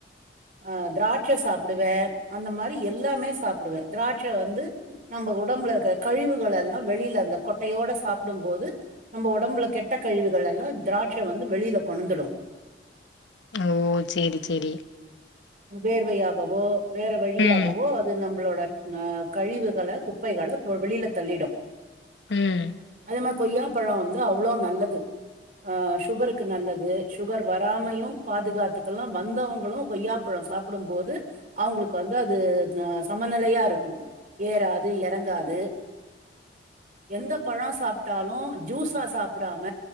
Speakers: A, on the right (about 50°); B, on the left (about 85°).
A: அ திராட்சை சாப்டுவே அந்த மாரி எல்லாமே சாப்டுவே திராட்சை வந்து நம்ம உடம்புல இருக்கிற கழிவுகள் எல்லா வெளியில அந்த கொட்டையோட சாப்டும் போது நம்ப ஒடம்புல கெட்ட கழிவுகள் எல்லா திராட்சை வந்து வெளியில கொணந்துடு
B: ஓ சேரி சேரி
A: வேர்வையாகவோ வேற வழியாகவோ
B: ம்
A: அது நம்மளோட நா கழிவுகள குப்பைகள வெளியில தள்ளிடு
B: ம்
A: நம்ம‌கொய்யாப்பழோ வந்து அவ்ளோ நல்லது ஆ சுகருக்கு நல்லது சுகர் வராமையும் பாதுகாத்துக்கல்லா வந்தவங்களு கொய்யா பழம் சாப்டும் போது அவங்களுக்கு வந்து அது அ சமநிலையா இருக்கு ஏறாது எறங்காது எந்த பழோ சாப்டாலு ஜூஸா சாப்டாம